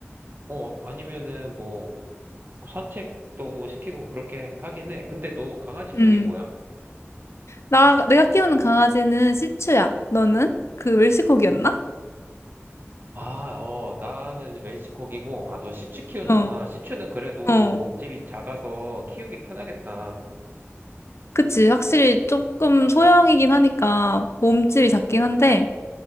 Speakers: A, on the right; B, on the left.
A: 어, 아니면은 뭐 어, 산책도 시키고 그렇게 하긴 해. 근데 너 강아지 종이
B: 응.
A: 뭐야?
B: 나, 내가 키우는 강아지는 시츄야. 너는? 그 웰시코기였나?
A: 아, 어, 나는 웰시코기고, 아, 너 시츄 키우는구나.
B: 어,
A: 시츄는 그래도
B: 어.
A: 몸집이 작아서 키우기 편하겠다.
B: 그치. 확실히 조금 소형이긴 하니까 몸집이 작긴 한데